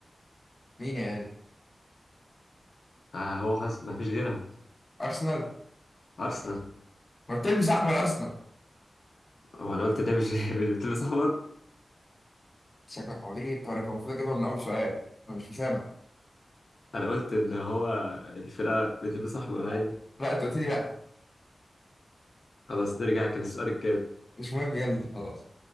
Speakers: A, on the left; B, on the left.
A: مين يا غالي؟
B: آه هو خلاص مفيش غيرها
A: ارسنال
B: أرسنال
A: ما بتلبس احمر ارسنال
B: هو أنا قلت ده مش <laughs> مش بتلبس أحمر
A: شكلك عبيط وانا كان المفروض اجيبها من اول سؤال انا مش مسامع
B: انا قلت ان هو الفرقه بتلبس احمر عادي
A: لا انت قلت لي لا
B: خلاص نرجع كان السؤال الكام
A: مش مهم يلا خلاص